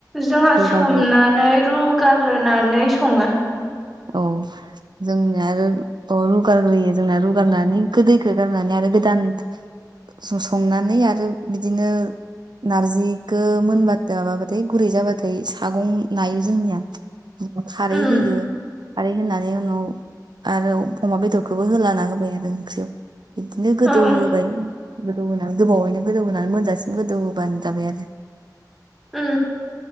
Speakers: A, in the centre; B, on the right.
A: जोंहा
B: रुगारग्रो
A: सोमनानै रुगारनानै सङो
B: औ जोंनिया आरो रुगारग्रोयो जोंना रुगारनानै गो दैखौ गारनानै आरो गोदान संनानै आरो बिदिनो नारजिखौ मोनबाथाय माबाबाथाय गुरै जाबाथाय सागं नायो जोंनिया खारै
A: उम
B: होयो खारै होनानै उनाव आरो अमा बेदरखौबो होल्लाना होबाय आरो ओंख्रियाव बिदिनो गोदौ
A: ओं
B: होबाय गोदौ होनानै गोबावैनो गोदौ होनानै मोनजासिम गोदौ होबानो जाबाय आरो
A: उ